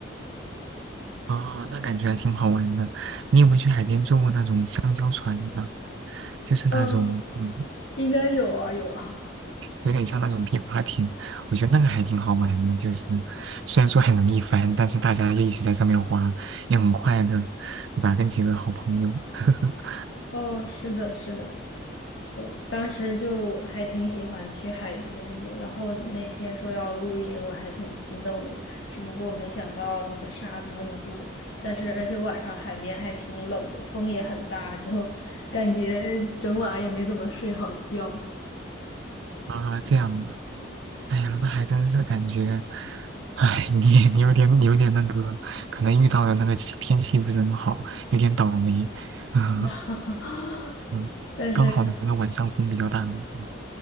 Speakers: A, on the right (about 70°); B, on the left (about 70°).
A: 哦，那感觉还挺好玩的。你有没有去海边坐过那种香蕉船呢？就是那种，
B: 嗯
A: 嗯，
B: 应该有啊，有啊。
A: 有点像那种皮划艇，我觉得那个还挺好玩的，就是虽然说很容易翻，但是大家就一直在上面滑，也很快乐，对吧？跟几个好朋友，<laughs>
B: 哦，是的，是的，我当时就还挺喜欢去海边的。然后那天说要露营，我还挺激动的。只不过没想到那个沙子那么多，但是而且晚上海边还挺冷的，风也很大，就感觉整晚也没怎么睡好觉。
A: 啊，这样的，哎呀，那还真是感觉，哎，你你有点你有点那个，可能遇到的那个气天气不是很好，有点倒霉，<laughs> 嗯
B: <laughs>
A: 嗯刚好那个晚上风比较大嘛，
B: 但是
A: 嗯